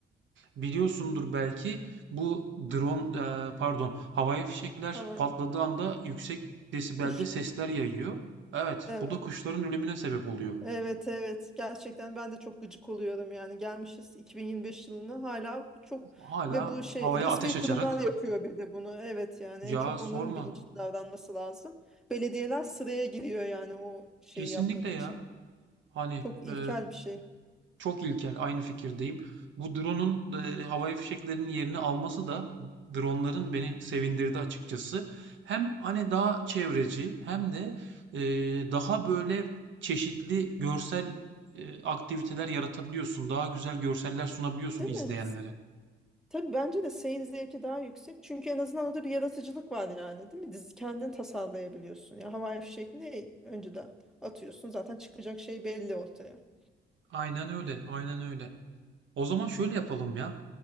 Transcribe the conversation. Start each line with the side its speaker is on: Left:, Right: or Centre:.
Right: Biliyorsundur belki bu drone e, pardon havai fişekler
Centre: Hava
Right: patladığı anda yüksek desibelde
Centre: kuşlar.
Right: sesler yayıyor. Evet
Centre: Evet.
Right: bu da kuşların ölümüne sebep oluyor.
Centre: Evet evet. Gerçekten ben de çok gıcık oluyorum yani. Gelmişiz 2025 yılına hala çok
Right: Hala
Centre: ve bu şey
Right: havaya
Centre: resmi
Right: ateş açarak
Centre: kurumlar yapıyor bir de bunu. Evet yani
Right: ya
Centre: en çok
Right: sorma.
Centre: onların bilinçli davranması lazım. Belediyeler sıraya giriyor yani o şeyi
Right: Kesinlikle
Centre: yapmak
Right: ya.
Centre: için.
Right: Hani
Centre: Çok ilkel
Right: e,
Centre: bir şey.
Right: Çok ilkel, aynı fikirdeyim. Bu drone'un e, havai fişeklerinin yerini alması da drone'ların beni sevindirdi açıkçası. Hem hani daha çevreci hem de e, daha böyle çeşitli görsel e, aktiviteler yaratabiliyorsun. Daha güzel görseller sunabiliyorsun
Centre: Değil
Right: izleyenlere.
Centre: mi? Tabii bence de seyir zevki daha yüksek. Çünkü en azından orada bir yaratıcılık var yani değil mi? Dizi kendin tasarlayabiliyorsun. Ya havai fişek ne önceden atıyorsun. Zaten çıkacak şey belli ortaya. <laughs>
Right: Aynen öyle, aynen öyle. O zaman şöyle yapalım ya.